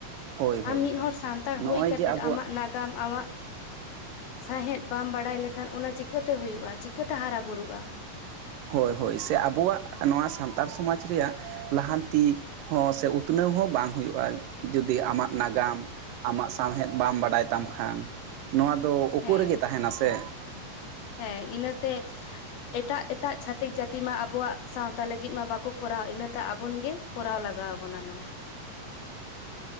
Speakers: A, on the right; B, on the left.
A: ᱦᱳᱭ ᱦᱳᱭ
B: ᱟᱢ ᱢᱤᱫ
A: ᱦᱳᱭ
B: ᱦᱚᱲ ᱥᱟᱱᱛᱟᱲ
A: ᱱᱚᱜᱼᱚᱭ
B: ᱦᱩᱭ ᱠᱟᱛᱮᱜ
A: ᱡᱮ ᱟᱵᱚᱣᱟᱜ
B: ᱟᱢᱟᱜ ᱱᱟᱜᱟᱢ ᱟᱢᱟᱜ ᱥᱟᱶᱦᱮᱫ ᱵᱟᱢ ᱵᱟᱲᱟᱭ ᱞᱮᱠᱷᱟᱱ ᱚᱱᱟ ᱪᱤᱠᱟᱹᱛᱮ ᱦᱩᱭᱩᱜᱭᱼᱟ ᱪᱤᱠᱟᱹᱛᱮ ᱦᱟᱨᱟ ᱵᱩᱨᱩᱜᱼᱟ᱾
A: ᱦᱳᱭ ᱦᱳᱭ ᱥᱮ ᱟᱵᱚᱣᱟᱜ ᱱᱚᱣᱟ ᱥᱟᱱᱛᱟᱲ ᱥᱚᱢᱟᱡᱽ ᱨᱮᱭᱟᱜ ᱞᱟᱦᱟᱱᱛᱤ ᱦᱚᱸ ᱥᱮ ᱩᱛᱱᱟᱹᱣ ᱦᱚᱸ ᱵᱟᱝ ᱦᱩᱭᱩᱜᱼᱟ ᱡᱩᱫᱤ ᱟᱢᱟᱜ ᱱᱟᱜᱟᱢ ᱟᱢᱟᱜ ᱥᱟᱶᱦᱮᱫ ᱵᱟᱢ ᱵᱟᱰᱟᱭ ᱛᱟᱢ ᱠᱷᱟᱱ ᱱᱚᱣᱟ ᱫᱚ ᱳᱠ
B: ᱦᱮᱸ
A: ᱨᱮᱜᱮ ᱛᱟᱦᱮᱱᱟ ᱥᱮ
B: ᱦᱮᱸ ᱤᱱᱟᱹᱛᱮ ᱮᱴᱟᱜ ᱮᱴᱟᱜ ᱪᱷᱟᱹᱛᱤᱠ ᱡᱟᱹᱛᱤ ᱢᱟ ᱟᱵᱚᱣᱟᱜ ᱥᱟᱶᱛᱟ ᱞᱟᱹᱜᱤᱫ ᱢᱟ ᱵᱟᱠᱚ ᱠᱚᱨᱟᱣᱟ ᱤᱱᱟᱹᱛᱮ ᱟᱵᱚᱱ ᱜᱮ ᱠᱚᱨᱟᱣ ᱞᱟᱜᱟᱣ ᱟᱵᱚᱱᱟ ᱱᱚᱣᱟ ᱫᱚ᱾